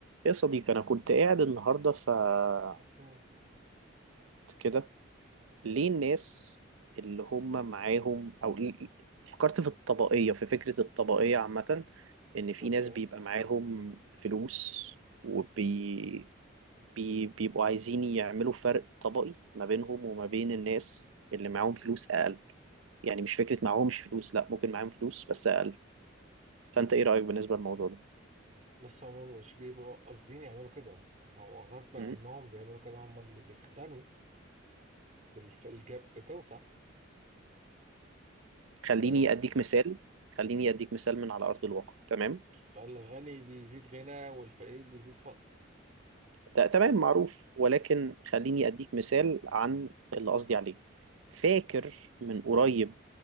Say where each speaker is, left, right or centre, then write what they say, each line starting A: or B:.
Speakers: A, on the right (about 85°); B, on the right (about 35°).
A: يا صديقي أنا كنت قاعد النهاردة ففكرت
B: مم.
A: كده ليه الناس اللي هم معاهم أو ليه- فكرت في الطبقية في فكرة الطبقية عامة إن في
B: اوكي
A: ناس بيبقى معاهم فلوس وبي بي بيبقوا عايزين يعملوا فرق طبقي ما بينهم وما بين الناس اللي معاهم فلوس أقل يعني مش فكرة معاهمش فلوس لأ ممكن معاهم فلوس بس أقل فأنت إيه رأيك بالنسبة للموضوع ده؟
B: بس هم مش بيبقوا قاصدين يعملوا كده هو غصب عنهم
A: م?
B: بيعملوا كده هم اللي بيختنوا فالجاب بتوسع
A: خليني
B: فاهم
A: أديك مثال خليني أديك مثال من على أرض الواقع تمام؟
B: فالغني بيزيد غنى والفقير بيزيد فقر
A: ت- تمام معروف ولكن خليني أديك مثال عن اللي قصدي عليه فاكر من قريب